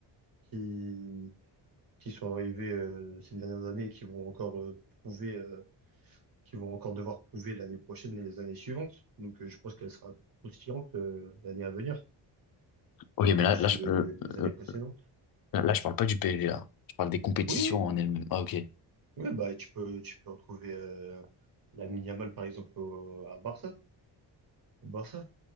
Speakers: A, on the right; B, on the left.
A: qui, qui sont arrivés euh, ces dernières années et qui vont encore euh, prouver, euh, qui vont encore devoir prouver l'année prochaine et les années suivantes. Donc, euh, je pense qu'elle sera croustillante euh, l'année à venir,
B: Ok,
A: comme
B: mais là,
A: aussi
B: là, je,
A: euh,
B: euh,
A: les, les années
B: euh,
A: précédentes.
B: là, je parle pas du PSG, là. Je parle des compétitions
A: Oui, oui,
B: en elles-mêmes. Ah, ok.
A: oui, bah tu peux, tu peux retrouver euh, Lamine Yamal par exemple au- à Barça, au Barça.